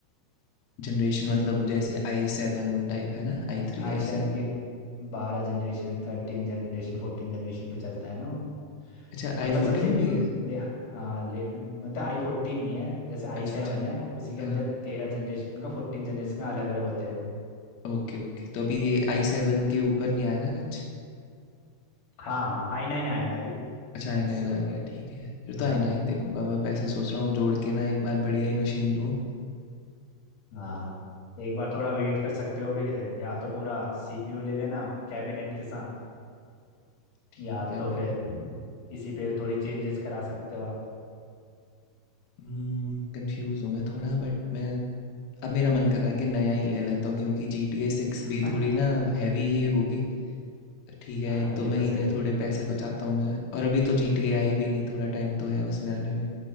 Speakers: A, on the left; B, on the left.
A: जनरेशन मतलब
B: अभी तो
A: जैसे
B: सेम ही
A: आई सेवन टाइप है ना आई थ्री
B: आई
A: आई
B: सेवन
A: सेवन
B: के बारह जनरेशन थर्टीन जनरेशन फोर्टीन जनरेशन पे चलता है ना वो
A: अच्छा
B: तो मतलब
A: आई फोर्टीन
B: सबसे न्यू
A: भी है
B: ले हाँ ले मतलब आई फोर्टीन नहीं है जैसे आई
A: अच्छा
B: सेवन
A: अच्छा
B: है उसी के अंदर
A: हाँ
B: तेरह जनरेशन का फोर्टीन जनरेशन का अलग अलग होते हैं वो
A: ओके ओके तो अभी ये आई सेवन के ऊपर नहीं आया ना कुछ
B: हाँ हाँ आई नाइन आया है अभी
A: अच्छा आई
B: उससे
A: नाइन
B: ऊपर
A: आ गया ठीक है फिर तो
B: हाँ
A: आई नाइन देखूंगा मैं पैसे सोच रहा हूँ अब जोड़ के ना एक बार बढ़िया ही मशीन लूँ
B: हाँ एक बार थोड़ा वेट कर सकते हो फिर या तो पूरा सीपीयू ले लेना कैबिनेट के साथ
A: ठीक
B: या
A: है
B: तो
A: भाई
B: फिर इसी पे थोड़ी चेंजेस करा सकते हो आप
A: कंफ्यूज हूँ मैं थोड़ा बट मैं अब मेरा मन कर रहा है कि नया ही ले लेता हूँ क्योंकि जी टी ए सिक्स
B: <laughs>
A: भी थोड़ी ना हैवी ही होगी ठीक है
B: हाँ
A: एक दो
B: ये
A: महीने
B: तो सही है
A: थोड़े पैसे बचाता हूँ मैं और अभी तो जी टी ए आई भी नहीं थोड़ा टाइम तो है उसमें आने में